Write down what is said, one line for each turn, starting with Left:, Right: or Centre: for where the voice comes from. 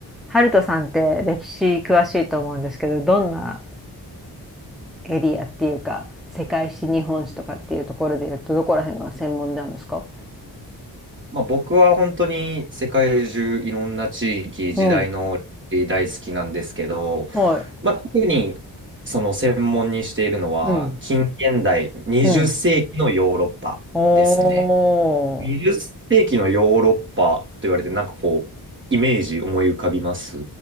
Centre: ハルトさんって歴史詳しいと思うんですけどどんなエリアっていうか世界史日本史とかっていうところで言うとどこら辺が専門なんですか
Right: まあ、僕は本当に世界中いろんな地域、時代の歴史大好きなんですけど、
Centre: うん、はい。
Right: まあ、特にその専門にしているのは近現代20世紀のヨーロッパですね。
Centre: うん、うん。お
Right: 20世紀のヨーロッパと言われてなんかこうイメージ思い浮かびます